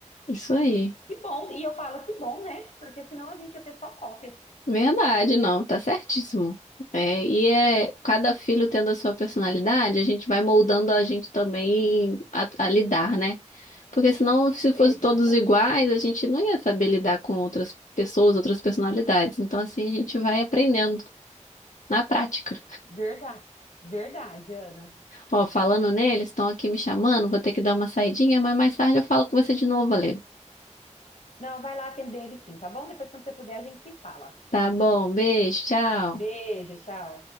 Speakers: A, on the left; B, on the left.
A: Isso aí.
B: Que bom, e eu falo que bom, né? Porque senão a gente ia ter só cópias.
A: Verdade, não, tá certíssimo. É, e é cada filho tendo a sua personalidade, a gente vai moldando a gente também a, a lidar, né? Porque senão, se fossem
B: Exata,
A: todos iguais, a gente não ia saber lidar com outras pessoas, outras personalidades. Então, assim, a gente vai aprendendo na prática.
B: verdade, verdade, Ana.
A: Ó, falando neles, estão aqui me chamando, vou ter que dar uma saidinha, mas mais tarde eu falo com você de novo, Ale.
B: Não, vai lá atender ele sim, tá bom? Depois, quando você puder, a gente se fala.
A: Tá bom, beijo, tchau.
B: Beijo, tchau.